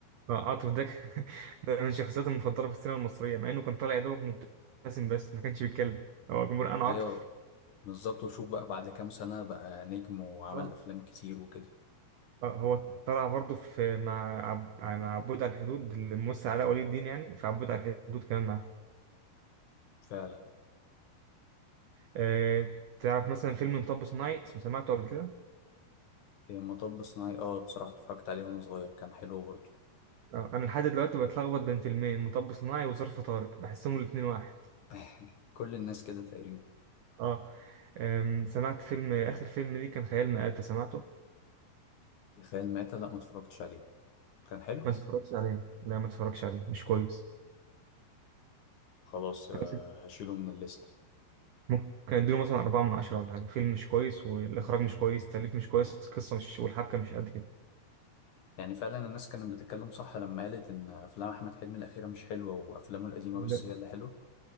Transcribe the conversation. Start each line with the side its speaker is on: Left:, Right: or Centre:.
Right: آه، عاطف ده ك- <laughs> ده من شخصياتي المفضله في السينما المصريه مع انه كان طالع يا دوبك مبتسم بس ما كانش بيتكلم هو جمهور انا
Left: ايوه
Right: عاطف
Left: بالظبط وشوف بقى بعد كام سنة بقى نجم وعمل
Right: اه
Left: افلام كتير وكده
Right: اه هو طلع برضه في مع عب... مع عبود على الحدود الممثل علاء ولي الدين يعني في عبود على الحدود كمان معاه
Left: فعلا
Right: أه... تعرف مثلا فيلم مطب صناعي سمعته قبل كده
Left: إيه، مطب صناعي اه بصراحة اتفرجت عليه وانا صغير كان حلو برضه
Right: أه... انا لحد دلوقتي بتلخبط بين فيلمين مطب صناعي وظرف طارق بحسهم الاتنين واحد
Left: <laughs> كل الناس كده تقريبا
Right: اه أم، سمعت فيلم آخر فيلم ليه كان خيال مآتة سمعته
Left: خيال مآتة لا ما اتفرجتش عليه كان حلو
Right: ما تتفرجش عليه لا ما تتفرجش عليه مش كويس
Left: خلاص آه،
Right: أنا مثلا
Left: هشيله من الليست
Right: ممكن أديله مثلا أربعة من عشرة ولا حاجة فيلم مش كويس والإخراج مش كويس التأليف مش كويس القصة مش والحبكة مش قد كده
Left: يعني فعلا الناس كانت بتتكلم صح لما قالت ان افلام احمد حلمي الاخيرة مش حلوة وافلامه القديمة
Right: لا
Left: بس هي اللي حلوة